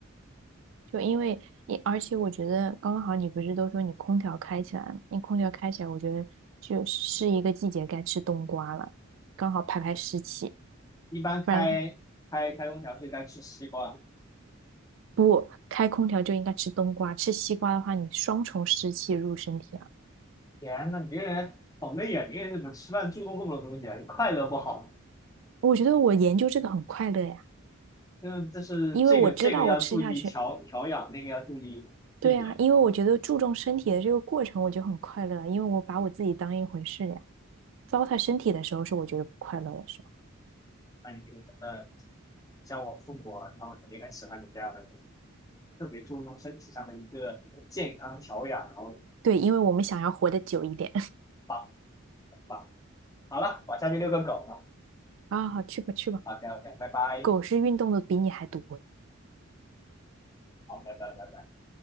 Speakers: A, on the right; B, on the left.
A: 就因为你，而且我觉得刚刚好你不是都说你空调开起来了，你空调开起来，我觉得就是一个季节该吃冬瓜了，刚好排排湿气，
B: 一般开开开空调是该吃西瓜。
A: 不然的话不开空调就应该吃冬瓜，吃西瓜的话你双重湿气入身体啊。
B: 天呐，你这个人好累啊！你这个人怎么吃饭注重这么多东西啊？你快乐不好
A: 我觉得我研究这个很快乐呀，
B: 嗯，这是这个这个要注意调调养，
A: 因为我知道我吃下去，
B: 那个要注意避免。
A: 对啊，因为我觉得注重身体的这个过程我就很快乐了，因为我把我自己当一回事呀。糟蹋身体的时候是我觉得不快乐的时候，
B: 那你这个整个像我父母啊，他们肯定很喜欢你这样的人特别注重身体上的一个健康调养，然后。
A: 对，因为我们想要活得久一点
B: 好，棒，好了，我下去遛个狗了。
A: <laughs> 啊，好去吧去吧。
B: OK OK，拜拜，
A: 狗是运动的比你还多
B: 好，拜拜拜拜。